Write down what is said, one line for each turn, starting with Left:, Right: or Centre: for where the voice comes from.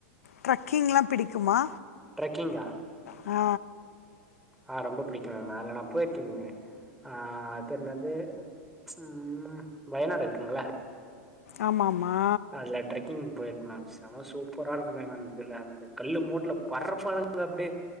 Left: ட்ரக்கிங்லா பிடிக்குமா
Centre: ப்ரெக்கிங்கா
Left: ஆ
Centre: ஆ ரொம்ப புடிக்கு மேம் அதுல நா போயிருக்கீங்க ஆ அது என்னது ம் வயநாடு இருக்குங்ளா
Left: ஆமாமா
Centre: அதுலா ட்ரக்கிங் போயிருக்க மேம் செம சூப்பரா இருக்கும் மேம் இதுல அந்த கல்லு மோட்டுல பறப்பானுங்க அப்டியே